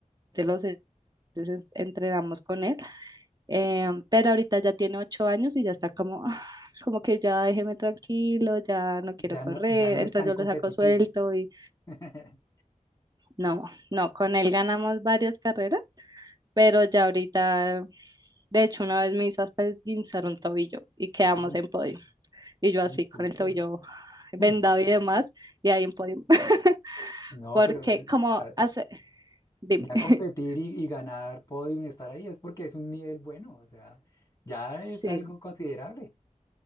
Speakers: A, on the right; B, on the left.
A: los entonces entrenamos con él, em, pero ahorita ya tiene ocho años y ya está como, "Ah, como que ya déjeme tranquilo, ya no
B: Ya
A: quiero correr,
B: no, ya no es
A: entonces
B: tan competitivo.
A: yo lo saco suelto y
B: <laughs>
A: no, no, con él ganamos varias carreras, pero ya ahorita De hecho, una vez me hizo hasta esguinzar un tobillo y quedamos
B: Uy,
A: en podio. Y yo
B: uy,
A: así con
B: súper.
A: el tobillo vendado
B: <laughs>
A: y demás, y ahí en podio. <laughs>
B: No,
A: Porque
B: pero es- o
A: como
B: sea,
A: hace, dime,
B: Ya
A: <laughs>
B: competir y, y ganar podium y estar ahí es porque es un nivel bueno, o sea, ya
A: Sí.
B: es algo considerable,